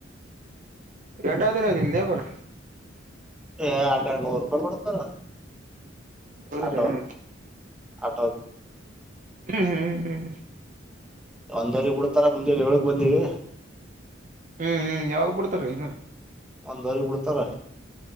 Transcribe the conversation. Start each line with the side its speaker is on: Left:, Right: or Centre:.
Right: ಎಟಾದ್ರ ನಿಮ ದೇ ಬರ
Centre: ಏ ಎರೆರಡು ನೂರು ರೂಪಾಯಿ ಕೊಡತದ
Right: ಹೌದ್ರಿ
Centre: ಅಡೋ
Right: ಹ್ಮ್
Centre: ಅಡ
Right: ಹ್ಮ್ ಹ್ಮ್ ಹ್ಮ್
Centre: ಒಂದ್ವರೆಗ್ ಬಿಡ್ತಾರ ಮುಂದೆ ಏಳಗ್ ಬಂದಿವವಿ
Right: ಹ್ಮ್ ಹ್ಮ್ ಯಾವಾಗ್ ಬಿಡ್ತಾರ ಇನ್ನ
Centre: ಒಂದವರಿ ಬಿಡ್ತಾರ